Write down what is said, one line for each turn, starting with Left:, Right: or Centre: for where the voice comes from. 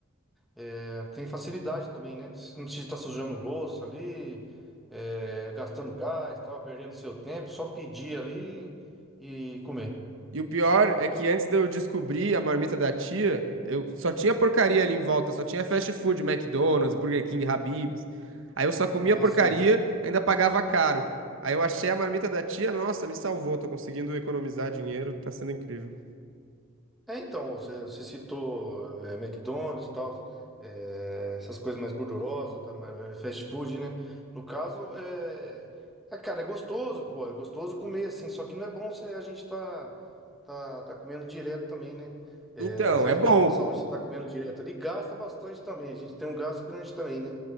Centre: é- é, tem facilidade também, né? Você Não precisa estar sujando louça ali, é, gastando gás, tal, perdendo seu tempo, só pedir ali e comer.
Right: E o pior é que antes de eu descobrir a marmita da tia, eu só tinha porcaria ali em volta, só tinha fast food, McDonald's, Burger King, Habib's. Aí eu só comia
Centre: Não,
Right: porcaria,
Centre: assim.
Right: ainda pagava caro. Aí eu achei a marmita da tia, nossa, me salvou, tô conseguindo economizar dinheiro, tá sendo incrível.
Centre: É, então, você, você citou é, McDonald's e tal, é, essas coisas mais gordurosas, tá, mais- mais fast food, né? No caso, é, é, cara, é gostoso, pô, é gostoso comer assim, só que não é bom se a gente tá, tá, tá comendo direto também, né? É,
Right: Então,
Centre: faz
Right: é bom.
Centre: mal pra saúde se tá comendo direto ali, gasta bastante também, a gente tem um gasto grande também, né?